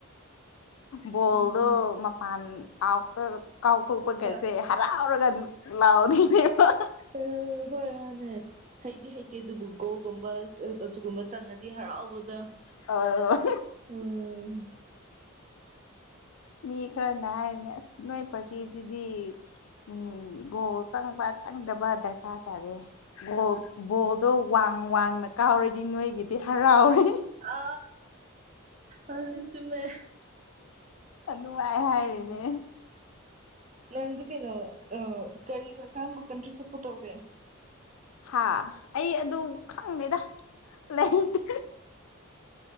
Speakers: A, on the left; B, on the right.
A: ꯕꯣꯜꯗꯣ
B: ꯎꯝ
A: ꯃꯄꯥꯟ ꯀꯥꯎꯇ ꯀꯥꯎꯊꯣꯛꯄꯒꯩꯁꯦ
B: ꯍꯣꯏ
A: ꯍꯔꯥꯎꯔꯒ ꯂꯥꯎꯗꯅꯦꯕ
B: ꯎ ꯍ ꯃꯥꯅꯦ ꯍꯩꯗꯤ ꯍꯩꯇꯦ ꯑꯗꯨꯕꯨ ꯀꯣꯒꯨꯝꯕ ꯑꯗꯨꯒꯨꯝꯕ ꯆꯪꯉꯗꯤ ꯍꯔꯥꯎꯕꯗ
A: ꯑꯣ
B: ꯎꯝ
A: ꯃꯤ ꯈꯔꯅ ꯍꯥꯏꯔꯅꯦ ꯑꯁ ꯅꯣꯏ ꯄꯔꯀꯤ꯭ꯁꯤꯗꯤ ꯎꯝ ꯒꯣꯜ ꯆꯪꯕ ꯆꯪꯗꯕ ꯗꯔꯀꯥꯔ ꯇꯥꯔꯦ ꯒꯣꯜ ꯕꯣꯜꯗꯣ ꯋꯥꯡ ꯋꯥꯡꯅ ꯀꯥꯎꯔꯗꯤ ꯅꯣꯏꯒꯤꯗꯤ ꯍꯔꯥꯎꯔꯦ
B: ꯑ ꯑ ꯆꯨꯝꯃꯦ
A: ꯅꯨꯡꯉꯥꯏ ꯍꯥꯏꯔꯤꯅꯦ
B: ꯎꯝ ꯅꯪꯗꯤ ꯀꯩꯅꯣ ꯀꯔꯤ ꯀ ꯀꯔꯝꯕ ꯀꯟꯇ꯭ꯔꯤ ꯁꯄꯣꯔꯠ ꯇꯧꯒꯦ
A: ꯍꯥ ꯑꯩ ꯑꯗꯨ ꯈꯪꯗꯦꯗ ꯂꯩꯇꯦ